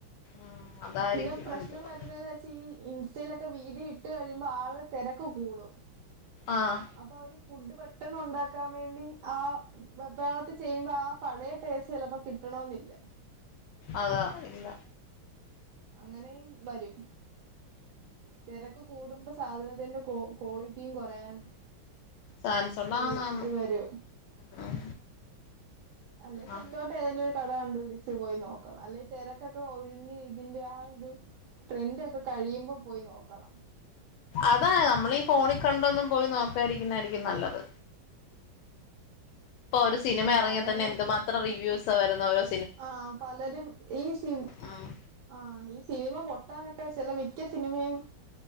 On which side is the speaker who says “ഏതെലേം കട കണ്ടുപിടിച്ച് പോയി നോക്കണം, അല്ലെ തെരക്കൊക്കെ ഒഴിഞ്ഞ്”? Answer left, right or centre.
Right